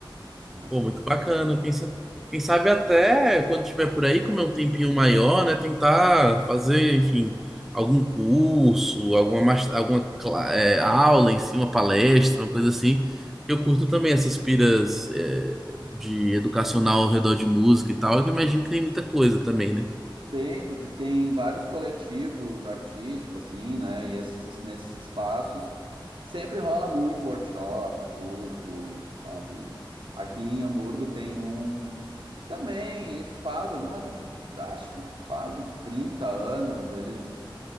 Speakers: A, on the right (about 75°); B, in the centre.
A: Tem bastante
B: Pô, muito bacana.
A: lugar.
B: Quem sa- quem sabe até quando tiver por aí, comer um tempinho maior, né? Tentar fazer, enfim, algum curso, alguma, mas- alguma cla- é, aula em si, uma palestra, uma coisa assim. Eu curto também essas piras, é, de educacional ao redor de música e tal, que eu imagino que tem muita coisa também, né?
A: Tem, porque tem vários coletivos artísticos, assim, né? E esses, nesses espaços sempre rola muito workshop, curso, sabe? Aqui em Hamburgo tem um que também isso faz algumas, acho que faz uns 30 anos, eles,